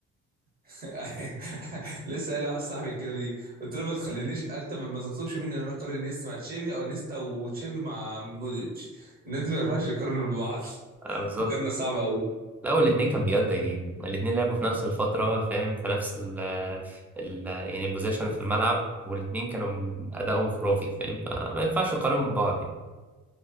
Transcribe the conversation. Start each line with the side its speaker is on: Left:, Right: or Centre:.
Right: <laughs> لسه قايل لواحد صاحبي الكلمه دي قلت له ما تخلينيش انت ما تطلبش مني ان انا اقارن انيستا مع تشافي او انيستا وتشافي مع مودريتش الناس دي ما ينفعش يقارنوا ببعض <laughs>
Centre: آه، بالظبط
Right: مقارنه صعبه قوي
Centre: لا الاثنين كان بيقضوا يعني الاثنين لعبوا في نفس الفترة فاهم في نفس ال ال يعني البوزيشن في الملعب والاثنين كانوا ادائهم خرافي فاهم فما ينفعش تقارن ببعض يعني